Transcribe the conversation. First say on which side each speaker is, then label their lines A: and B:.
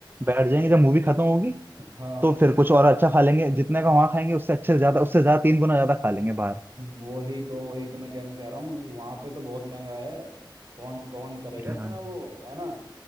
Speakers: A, on the right; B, on the right.
A: बैठ जाएंगे जब मूवी खत्म होगी
B: हाँ
A: तो फिर कुछ और अच्छा खा लेंगे जितने का वहां खाएंगे उससे अच्छे से ज्यादा उससे ज्यादा तीन गुना ज्यादा खा लेंगे बाहर
B: वही तो वही तो मैं कहना चाह रहा हूँ वहां पे तो बहुत महंगा है कौन कौन करेगा
A: हाँ
B: इतना वो है ना